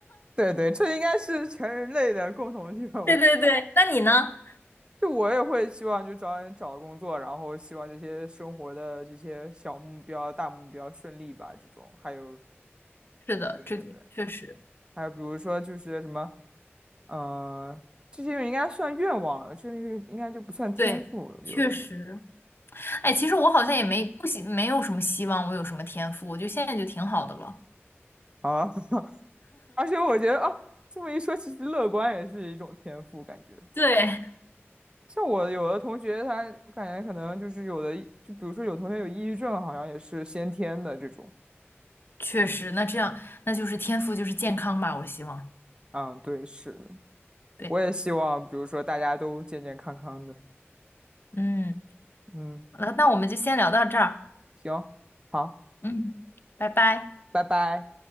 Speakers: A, on the right (about 20°); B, on the left (about 55°).
A: 对对，这应该是全人类的共同愿望。
B: <laughs> 对对对，那你呢？
A: 就我也会希望，就找人找工作，然后希望这些生活的这些小目标、大目标顺利吧，这种。还有，
B: 是的，
A: 对对对，
B: 这个确实，
A: 还有比如说就是什么。嗯，这些应该算愿望了，这个应该就不算天赋了，
B: 对，确实。
A: 有的
B: 哎，其实我好像也没不希，没有什么希望，我有什么天赋，我觉得现在就挺好的了。
A: 啊。<laughs> 而且我觉得啊，这么一说，其实乐观也是一种天赋，感觉。
B: 对
A: 像我有的同学他，我感觉可能就是有的，就比如说有同学有抑郁症，好像也是先天的这种。
B: <laughs>，确实，那这样那就是天赋就是健康吧，我希望。
A: 嗯，对，是的。
B: 对，
A: 我也希望，比如说大家都健健康康的。
B: 嗯，
A: 嗯，
B: 那那我们就先聊到这儿，
A: 行，好，
B: 嗯，拜拜。
A: 拜拜。